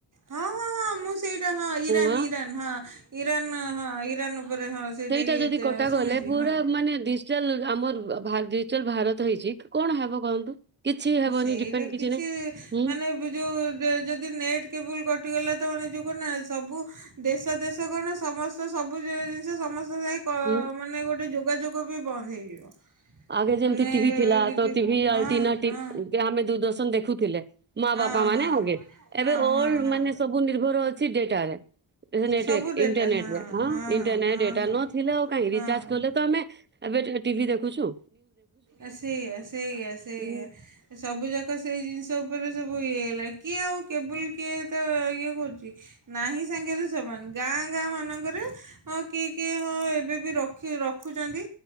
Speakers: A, on the right (about 40°); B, on the right (about 25°).
A: ହଁ ହଁ ହଁ ମୁଁ ସେଇଟା ହଁ ଇରାନ
B: ହଁ
A: ଇରାନ ହଁ ଇରାନ ହଁ ଇରାନ ଉପରେ ହଁ
B: ସେଇଟା ଯଦି କଟା
A: ଶୁଣିଛି
B: ଗଲେ ପୁରା
A: ହଁ।
B: ମାନେ ଡିଜିଟାଲ ଆମର ଭାର ଜିଟାଲ ଭାରତ ହେଇଛି କଣ ହବ କହନ୍ତୁ। କିଛି ହେବନି
A: ସେଇଟା
B: ଡିପେଣ୍ଡ
A: କିଛି
B: ନାହିଁ ହୁଁ
A: ମାନେ ଏବେ ଯୋଉ ଦେ ଯଦି ନେଟ୍ କେବୁଲ କଟିଗଲା ତ ମାନେ ଜଉ କରୁନା ସବୁ ଦେଶ ଦେଶ କଣ ସମସ୍ତ ସବୁ ଜିଇ ଜିନିଷ ସମସ୍ତ <unintelligible>
B: ହୁଁ
A: ମାନେ ଗୋଟେ ଯୋଗାଯୋଗ ବ ବି ବନ୍ଦ ହେଇଯିବ।
B: ଆଗେ ଯେମତି
A: ମାନେ
B: ଟିଭି ଥିଲା
A: ଯେମିତି
B: ତ ଟିଭିଆଟିନା
A: ହଁ ହଁ।
B: ଆମେ ଦୂରଦର୍ଶନ ଦେଖୁଛୁ ଥିଲେ। ମା
A: ହଁ
B: ବାପା ମାନେ
A: ହଁ
B: ଆଗେ ଏବେ
A: ହଁ
B: ଅର୍
A: ହଁ ହଁ
B: ମାନେ ସବୁ ନିର୍ଭର ଅଛି ସିଟେଇଟାରେ ଇଟରନେଟ
A: ସବୁ ଡେଟା
B: ଇଣ୍ଟରନେଟ
A: ହଁ ହଁ ହଁ
B: ଡେଟା
A: ହଁ।
B: ନୋ ଥିଲେ ଆଉ କହିଁ
A: ହଁ।
B: ରିଚାର୍ଜ କଲେ ତ ଆମେ ଏ ଟିଭି ଦେଖ କୁଛୁ
A: ଆ ସେଇଆ ସେଇଆ ସେଇଆ
B: ହୁଁ
A: ସବୁ ଯାକ ସେଇ ଜିନିଷ ଉପରେ ସବୁ ଇଏ ହେଲା କିଏ ଆଉ କେବୁଲ୍ କିଏ ତ ଇଏ କରୁଛି। ନାହିଁ ସାଙ୍ଗରେ ସମାନ। ଗାଁ ଗାଁ ମାନଙ୍କରେ ହଁ କିଏ କିଏ ହଁ ଏବେ ବି ରଖି ରଖୁଛନ୍ତି